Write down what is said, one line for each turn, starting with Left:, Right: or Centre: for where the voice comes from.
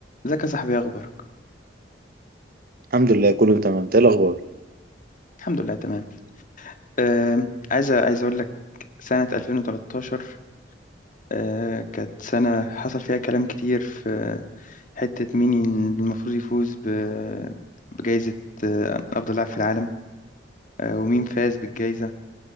Left: ازيك يا صاحبي إيه اخبارك
Right: الحمد لله كله تمام إنت ايه الاخبار
Left: الحمد لله تمام آه عايز عايز اقول لك سنة 2013 آه كانت سنة حصل فيها كلام كتير في حتة مين المفروض يفوز ب- بجائزة آه افضل لاعب في العالم آه ومين فاز بالجائزة